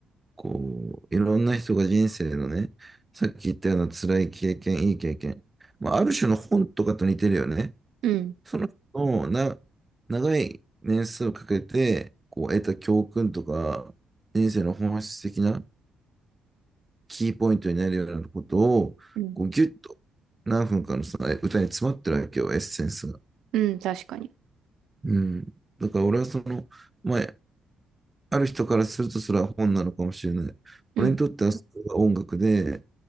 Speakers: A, on the right; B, on the right.
A: こう、いろんな人が人生のね、さっき言ったような辛い経験、いい経験、まあ、ある種の本とかと似てるよね。
B: うん。
A: その人のな長い年数をかけてこう得た教訓とか、人生の本質的なキーポイントになるようなことを、
B: うん。
A: こうギュッと何分かのさ、歌に詰まってるわけよ、エッセンスが。
B: うん、確かに。
A: うん。だから俺はその、まあ、ある人からするとそれは本なのかもしれない。
B: うん。
A: 俺にとってはそれが音楽で、